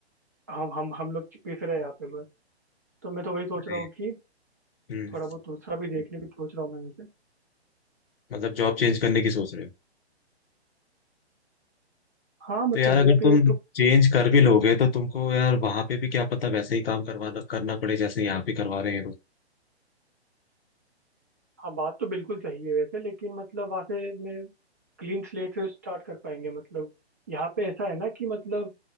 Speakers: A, on the right (about 15°); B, on the left (about 55°).
A: हम हम हम लोग पिस रहे हैं यहाँ पे बस तो मैं तो वही सोच
B: अरे
A: रहा हूँ कि
B: हम्म
A: थोड़ा बहुत दूसरा भी देखने की सोच रहा हूँ मैं वैसे
B: मतलब जॉब चेंज करने की सोच रहे हो
A: हाँ मतलब
B: तो यार
A: मेरा
B: अगर
A: पे
B: तुम
A: एक तो
B: चेंज कर भी लोगे तो तुमको यार वहां पे भी क्या पता वैसे ही काम करवाना करना पड़े जैसे यहाँ पे करवा रहे हैं लोग
A: हाँ बात तो बिल्कुल सही है वैसे लेकिन मतलब वहाँ से मैं क्लीन स्लेट से स्टार्ट कर पाएंगे मतलब यहाँ पे ऐसा है ना कि मतलब